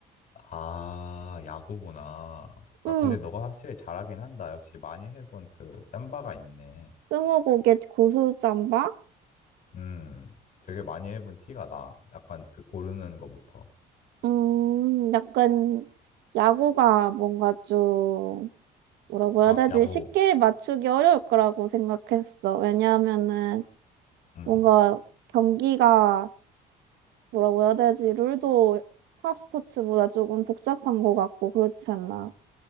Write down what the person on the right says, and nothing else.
음,
스무고개 고수잠바?
음, 약간 야구가 뭔가 좀 뭐라고 해야
되지?
쉽게 맞추기 어려울 거라고 생각했어. 왜냐하면은
뭔가 경기가 뭐라고 해야 되지? 룰도 파스포츠보다 조금 복잡한 것 같고 그렇지 않나?